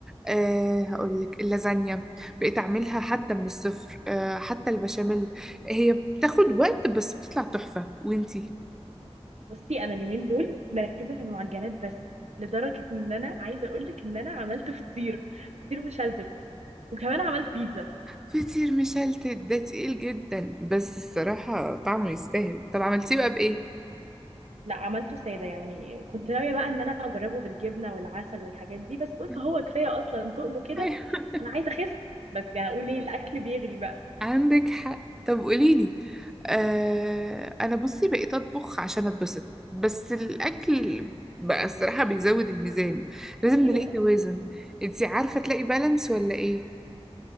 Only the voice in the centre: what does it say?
أه هقول لك اللازانيا بقيت اعملها حتى من الصفر أه حتى البشاميل هي بتاخد وقت بس بتطلع تحفة وانتي <laughs>
فطير مشلتت ده تقيل جدا بس الصراحة طعمه يستاهل طب عملتيه بقى بإيه؟
<laughs>
أيوة.
عندك حق طب قوليلي آه أنا بصي بقيت أطبخ عشان أتبسط بس الأكل بقى الصراحة بيزود الميزان لازم
نلاقي توازن انتي عارفة تلاقي بالانس ولا إيه؟